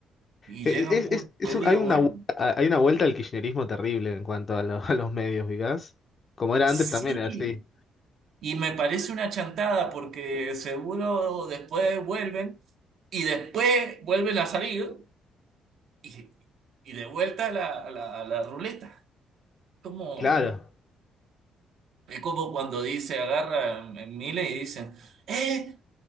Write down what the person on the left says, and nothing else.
Es,
es-
es- es
un-
hay una,
vu- hay una vuelta al kirchnerismo terrible en cuanto a, lo- <laughs> a los medios, ¿vicás? Como era
antes también, era así.
Claro.